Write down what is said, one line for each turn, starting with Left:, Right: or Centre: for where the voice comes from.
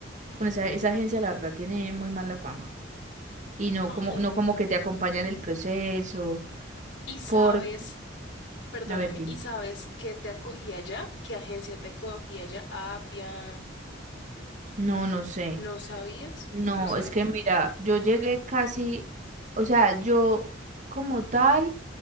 Right: Con esa, esa agencia, la verdad, tiene muy mala fama. Y no
Left: Ay,
Right: como, no como que
Left: no.
Right: te acompañan el proceso.
Left: Y sabes,
Right: Porque,
Left: perdóname,
Right: a ver, dime.
Left: ¿y sabes qué te acogía allá? ¿Qué agencia te acogía allá? Apia,
Right: No, no sé.
Left: ¿no sabías?
Right: No,
Left: ¿No sabes?
Right: es que mira,
Left: Mm.
Right: yo llegué casi, o sea, yo como tal